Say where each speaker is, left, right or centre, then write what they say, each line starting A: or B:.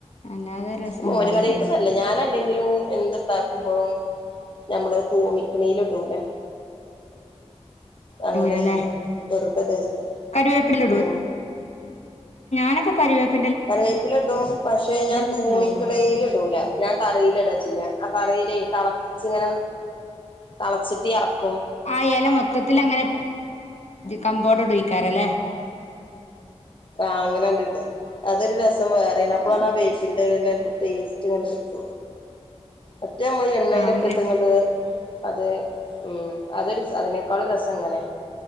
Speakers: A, on the left; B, on the left.
A: അല്ലാതെ രസം
B: മോര്
A: ഉണ്ടാവൂലല്ലോ
B: കറിക്കുന്നല്ല ഞാനല്ലെങ്കിലും എന്ണ്ടാക്കുമ്പോഴും നമ്മള് തൂമിക്കണല ഇടൂരാ അങ്ങനെ
A: ഇടൂലല്ലേ
B: ചെയ്യാ വെറുതെതാ ചെയ്യാ
A: കരുവേപ്പില
B: ഉ
A: നക്ക
B: കറിവേപ്പില ഇടും പക്ഷെ ഞാൻ
A: രസം
B: തൂമിക്കടൽ
A: ഉണ്ടാവുമല്ലോ
B: ഇടൂല ഞാൻ കറിൽ ഇടാ ചെയ്യാ ആ കറിയില തിളച്ചിങ്ങനെ തിളച്ചിട്ടി ഇറക്ക
A: ആ ഇല മൊത്തത്തിൽ അങ്ങനെ കമ്പോഡടുഴിക്കാറല്ലേ
B: ആ അങ്ങനെ ഇ അതൊരു രസം വേറെണപ്പഴാണ്
A: രസണ്ട്
B: ആ വേപ്പിന്റെ ടേസ്റ്റ് ഇങ്ങ കിട്ട മറ്റേ മുള എണ്ണനൊക്കെ
A: ആഹ് അങ്ങനെ
B: ഇട്ടും ഇങ്ങോട്ട് അത് ഉം അതൊരു അതിനേക്കാൾ രസം എങ്ങനെ